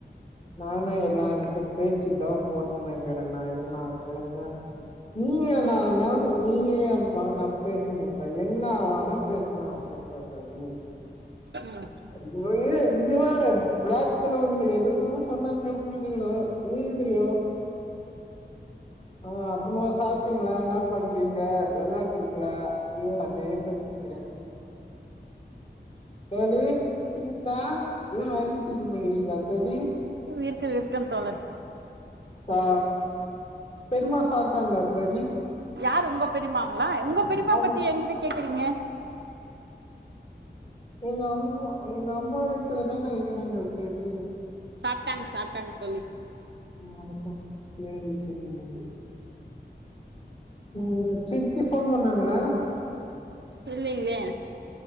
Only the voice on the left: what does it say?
நானு எல்லா எடுத்து போய் ச்சித்தா போட்ட நெனைக்கிறே நா என்னா பேச நீயே
நானா நீயே நாந்தா பேசுங்க அ என்னாவேனா பேசலா அவ்ங்கிட்ட <unintelligible> அதுக்கு
முன்னாடியே இந்த வேற <unintelligible> எது எதுவோ சொன்னாங்க வீடுலோ வீடியோ ஆ அப்பமா சாப்ட்டீங்ளா என்ன பண்றீங்க நல்லாக்குறீங்ளா யோ அதே சொல்ட் இங்கிற <unintelligible> ந்த எதோ வேல செஞ்சினு இருக்கீங்லா தோழி
ஆ பெருமா சாப்ட்டாங்ளா தோழி
ஆமா
எங்க அம்மா எங்க அம் அம்மா வீட்லதான இக்கிறாங்க தெர்லிங்
ஆஹு சேரி சேரி உம் சிர்திப் ஃபோன் பண்ணாங்களா